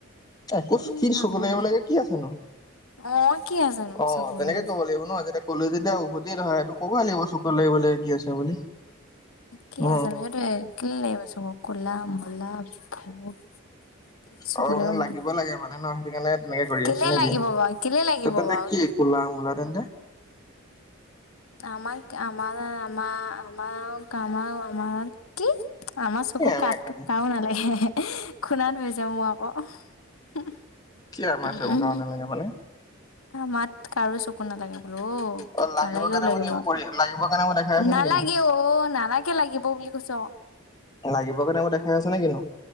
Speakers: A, on the left; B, on the left.
A: এ', কৈছোঁ
B: উম
A: কি চকু
B: আমাৰ
A: লাগিব লাগে কি আছে নো?
B: অ' কি আছেনো
A: অ',
B: চকুলে
A: তেনেকৈ
B: বুলি
A: ক'ব লাগে ন? যেতিয়া ক'লেও যেতিয়া উভতি ধৰে, এইটো ক'বই লাগিব চকু <unintelligible> কি আছে বুলি
B: কি
A: অ
B: আছে নো, সেইটোৱেই, কেলে লাগিব চকু? ক'লা-মলা ভূত কি চকুলে
A: অ', মানে
B: ইমান
A: লাগিব লাগে মানে, ন? সেইটো কাৰণে তেনেকে কৰি
B: কেলে
A: আছ নেকি?
B: লাগিব বাৰু কেলে লাগিব
A: ত', তেন্তে
B: বাৰু
A: কি, ক'লা-মলা তেন্তে?
B: আমাক, আমাৰ যেন, আমাৰ, আমাৰ আৰু, কাম আৰু, আমাৰ আৰু কি? আমাৰ চকু
A: কি
B: <unintelligible>
A: কাম
B: কাৰো নালাগে খুনা ধৰিছে মোৰ আকৌ
A: কি, আমাৰ
B: উম,
A: চকু কাৰো নালাগে মানে?
B: আমাত কাৰো চকু নালাগে। ৰ
A: অ লাগিবৰ
B: নালাগেও
A: কাৰণে
B: লাগিব,
A: মানে এইবোৰ কৰি লাগিবৰ কাৰণে মই দেখাই আছে
B: নালাগে
A: নে কিনো
B: অ', নালাগে লাগিব ব বুলি কৈছো আকৌ।
A: লাগিবৰ কাৰণে আকৌ দেখাই আছ নে কিনো?